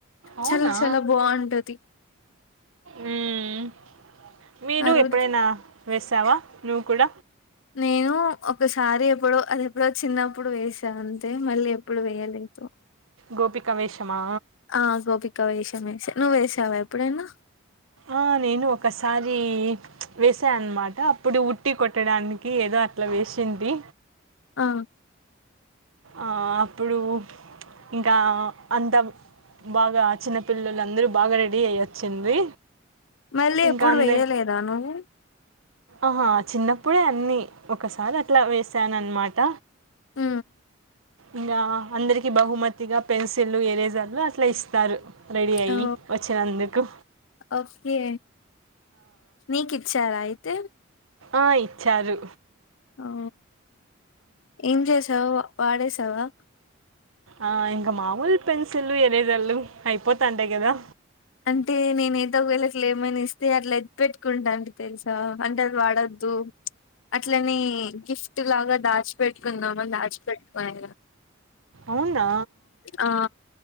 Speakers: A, on the right; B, on the left.
A: అవునా
B: చల్ చాల బాగుంటది
A: మ్మ్. మీరు
B: ఆ రోజు
A: ఎప్పుడైనా వేసవా నువ్వు కూడ
B: నేను ఒకసారి ఎప్పుడో అది ఎప్పుడో చిన్నప్పుడు వేసా అంతే మళ్ళీ ఎప్పుడు వేయలేదు
A: గోపిక వేషమా
B: ఆ గోపిక వేష నేను వేసా నువ్వు వేసావా ఎప్పుడేనా
A: ఆ నేను ఒకసారి వేసాఅన్నమాట అప్పుడు ఉట్టి కొట్టడానికి కీ ఏదో అట్లా వేసింది
B: ఆ
A: ఆ అప్పుడు ఇంకా అంత బాగా చిన్న పిల్లలందరూ బాగా రెడీ అయి వొచ్చింది
B: మళ్ళీ
A: ఇంకా
B: ఎప్పుడు
A: అందే
B: వేయలేదా నువ్వు
A: ఆహా చిన్నప్పుడే అన్ని ఒకసారి అట్లా వేసాను అనమాట
B: మ్
A: ఇంకా అందరికి బహుమతిగా పెన్సిల్లు ఎరేజర్లు అట్లా ఇస్తారు రెడీ అయ్యి
B: ఓ
A: వచ్చినందుకు
B: ఓకే నీకు ఇచ్చారా అయితే
A: ఆ ఇచ్చారు
B: అఓ ఏం చేసావ్ వాడేసావా
A: ఆ ఇంగ మామూల్ పెన్సిల్లు ఎరే ఇదల్లు అయిపోతాండే కదా
B: అంటే నేను ఏదో ఒక వెళ్ళకి లే ఏమని ఇస్తే అట్లా ఎతిపెట్టుకుంటాంటి తెలుసా అంటే అది వాడొద్దు అట్లనే గిఫ్ట్ లాగా దాచ్పెట్ కొంతమంది దాచి పెట్టుకోనే
A: అవునా
B: ఆ